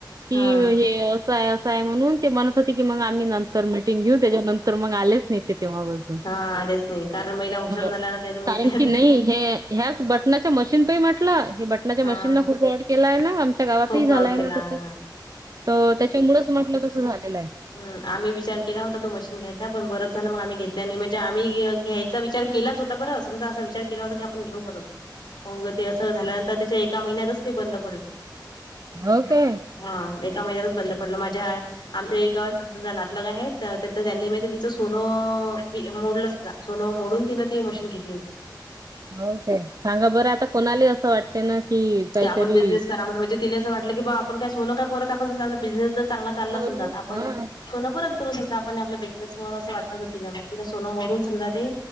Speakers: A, on the right (about 50°); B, on the left (about 75°).
A: की
B: हा
A: हे ते असं आहे असं आहे म्हणून ते म्हणत होते की मग आम्ही नंतर मिट शिंग घेऊ त्याच्यानंतर मग आलेच नाही ते तेव्हा पासून
B: हा आलेच नाही कारण महिला हुशार
A: हो.
B: झाल्या ना त्याला माहित
A: चालेल
B: आहे
A: की नाही हे ह्याच बटनाच्या मशीन पायी म्हटलं हे बट माझ्या मशीनला
B: हा
A: खूप फ्रॉड केलाय ना, आमच्या गावातही
B: खूप
A: झालाय
B: प्राऊड केला
A: ना तसं
B: हा
A: तर त्याच्यामुळेच म्हटलं तसं झालेलं आहे.
B: ह आम्ही विचार केला होता तो मशीन घ्यायचा पण बरच झाला मग आम्ही घेतल्या नाही म्हणजे आम्ही घे घ्याय तिचा विचार केलाच होता बरं समजा असा विचार केला होता की, आपण घेऊ बनुन मग असं ते झाल्यानंतर त्याच्या एका महिन्यातच ते बंद पडलं. <inaudible>
A: हो काय?
B: हा एका महिन्यातच बंद पडलं माझ्या आमच्या येथ समजा नातलग आहेत तर तेथे त्यांनी माझ्या दीदीच सोनं... वी मोडलं सुद्धा सोन मोडून तिनं ते मशीन घेतली होती.
A: हो ताई, सांगा बरं आता कोणाला असं वाटते ना. की काहीतरी
B: क आपण बिझनेस करा म्हणजे तिले असं वाटल, की बा आपण काय सोन काय परत आपण समजा आपला बिझनेस जर चांगला चालला
A: करू.
B: समजा आपण
A: हा.
B: सोनं परत करू शकतो आपण आपल्या बिझनेस वर असं वाटत ग तिला मग तिला सोन मोडून समजा ते